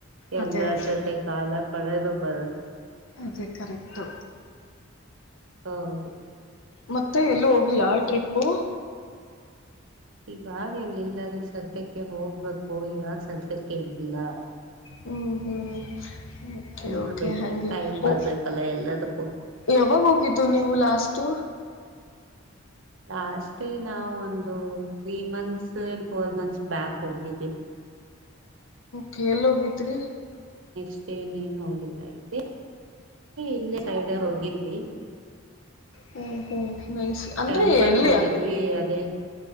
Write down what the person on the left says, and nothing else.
ಅದೇ
ಅದೇ
ಅದೇ ಕರೆಕ್ಟು
ಮತ್ತೆ ಎಲ್ಲೂ ಹೋಗಿಲ್ಲ ಟ್ರಿಪ್ಪು
ಹ್ಮ್ ಹ್ಮ್ ಓಕೆ
ಓಕೆ ಹಗೆ
ಓ
ಯಾವಾಗ ಹೋಗಿದ್ದು ನೀವು ಲಾಸ್ಟ್ ತ್ತುು
ಕಲ್ ಹೋಗತ್ರಿ
ಹ್ಮ ಹ್ಮ್ ಮೈಸ್ ಅಂದ್ರೆ
ಎಲ್ಲಿ
ಅಲ್ಲಿ